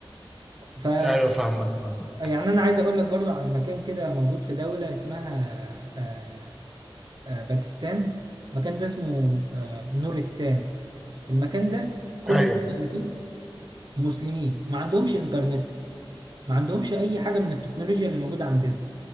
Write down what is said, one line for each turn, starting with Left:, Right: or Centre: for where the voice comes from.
Right: اساسا
Centre: أيوه فاهمك فاهمك.
Right: يعني انا عايز اقول لك برضو عن مكان كده موجود في دولة اسمها آه، آه، باكستان المكان ده اسمه آه، نورستان المكان ده كل
Centre: أيوه
Right: الناس اللي فيه مسلمين ما عندهمش انترنت ما عندهمش اي حاجة من التكنولوجيا اللي موجودة عندنا